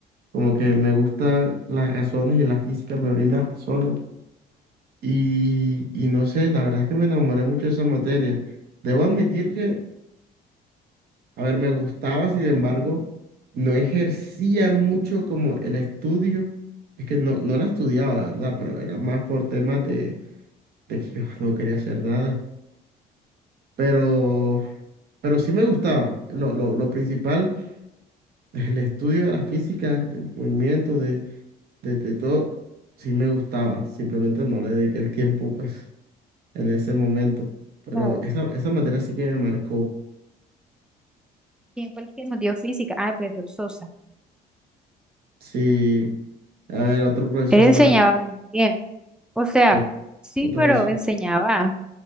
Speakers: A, on the right (about 65°); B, in the centre.
A: como que me gustan las razones y la física me brinda razones. Y, y no sé, la verdad es que me enamoré mucho de esa materia. Debo admitir que, a ver, me gustaba, sin embargo, no ejercía mucho como el estudio. Es que no, no la estudiaba, la verdad, pero era más por temas de, de que yo no quería hacer nada. Pero, pero sí me gustaba. Lo, lo, lo principal. el estudio de la física, del movimiento, de, de, de todo, sí me gustaba. Simplemente no le dediqué el tiempo, pues, en ese momento. Pero
B: Claro.
A: esa, esa materia sí que me marcó.
B: ¿Quién fue el que nos dio física? Ah, el profesor Sosa.
A: Sí, a ver, otro profesor
B: Él enseñaba
A: mal,
B: muy bien. O sea,
A: ot-
B: sí,
A: otro...
B: pero
A: Sí,
B: enseñaba.